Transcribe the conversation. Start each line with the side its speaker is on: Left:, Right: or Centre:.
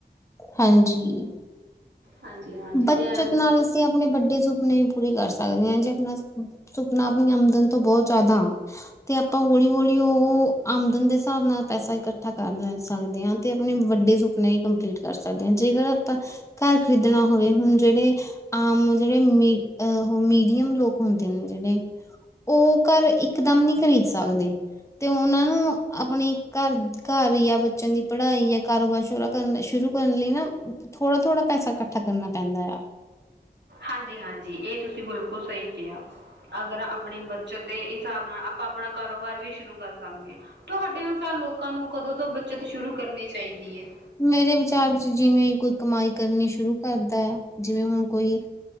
Left: ਹਾਂਜੀ
Right: ਹਾਂਜੀ-ਹਾਂਜੀ
Left: ਬੱਚਤ
Right: ਤੇ ਐਮ
Left: ਨਾਲ ਅਸੀਂ ਆਪਣੇ ਵੱਡੇ ਸੂਪ ਨਹੀਂ ਪੂਰੀ ਕਰ ਸਕਦੇ ਹ ਜੇ ਆਪਣਾ ਸੁਪਨਾ ਆਪਣੀ ਆਮਦਨ ਤੋਂ ਬਹੁਤ ਜ਼ਿਆਦਾ ਤੇ ਆਪਾਂ ਹੌਲੀ ਹੌਲੀ ਉਹ ਆਮਦਨ ਦੇ ਹਿਸਾਬ ਨਾਲ ਪੈਸਾ ਇਕੱਠਾ ਕਰ ਲੈ ਸਕਦੇ ਹਾਂ ਤੇ ਆਪਣੇ ਵੱਡੇ ਸੁਪਨੇ ਹੀ ਕੰਪਲੀਟ ਕਰ ਸਕਦੇ ਹਾਂ ਜੇਕਰ ਆਪਾਂ ਘਰ ਖਰੀਦਣਾ ਹੋਵੇ ਹੁਣ ਜਿਹੜੇ ਆਮ ਜਿਹੜੇ ਮਹ ਉਹ ਮੀਡੀਅਮ ਲੋਕ ਹੁੰਦੇ ਨੇ ਜਿਹੜੇ ਉਹ ਘਰ ਇਕਦਮ ਨਹੀਂ ਖ਼ਰੀਦ ਸਕਦੇ ਤੇ ਉਹਨਾਂ ਨੂੰ ਆਪਣੀ ਘਰ ਘਰ ਜਾਂ ਬੱਚਿਆਂ ਦੀ ਪੜ੍ਹਾਈ ਜਾਂ ਕਾਰੋਬਾਰ ਸ਼ੋਰਾ ਕਰਨ ਸ਼ੁਰੂ ਕਰਨ ਲਈ ਨਾ ਥੋੜਾ ਥੋੜਾ ਪੈਸਾ ਇਕੱਠਾ ਕਰਨਾ ਪੈਂਦਾ ਆ
Right: ਹਾਂਜੀ ਹਾਂਜੀ ਇਹ ਤੁਸੀਂ ਬਿਲਕੁਲ ਸਹੀ ਕਿਹਾ ਅਗਰ ਆਪਣੀ ਬੱਚਤ ਦੇ ਹਿਸਾਬ ਨਾਲ ਆਪਾਂ ਆਪਣਾ ਕਾਰੋਬਾਰ ਵੀ ਸ਼ੁਰੂ ਕਰ ਸਕਦੇ ਹਾਂ ਤੁਹਾਡੇ ਅਨੁਸਾਰ ਲੋਕਾਂ ਨੂੰ ਕਦੋਂ ਤੋਂ ਬੱਚਤ ਸ਼ੁਰੂ ਕਰਨੀ ਚਾਹੀਦੀ ਹੈ
Left: ਮੇਰੇ ਵਿਚਾਰ ਵਿੱਚ ਜਿਵੇਂ ਕੋਈ ਕਮਾਈ ਕਰਨੀ ਸ਼ੁਰੂ ਕਰਦਾ ਆ ਜਿਵੇਂ ਹੁਣ ਕੋਈ